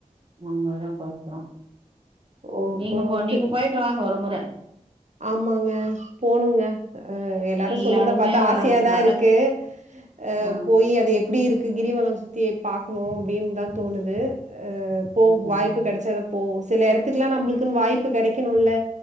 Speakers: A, on the right; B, on the right.
A: நாமல்லாம் பாக்குறோம்
B: ஓ!
A: நீங்க
B: போத்து
A: போ நீங்க போயிட்டு வாங்க ஒரு முறை <inaudible>
B: ஆமாங்க போணுங்க அஹ் எல்லாரும்
A: எல்லாருமே
B: சொல்றத பார்த்தா
A: வராங்க
B: ஆசயாதான்
A: நட
B: இருக்கு அஹ்
A: ஆ
B: போய் அது எப்படி இருக்கு கிரிவலம் சுத்தி பார்க்கணும் அப்படின்னு தான் தோணுது போ
A: ம்
B: வாய்ப்பு கிடைச்சா போவோம் சில இடத்துக்குல்லாம் நம்மளுக்குனு வாய்ப்பு கிடைக்கணும்ல்ல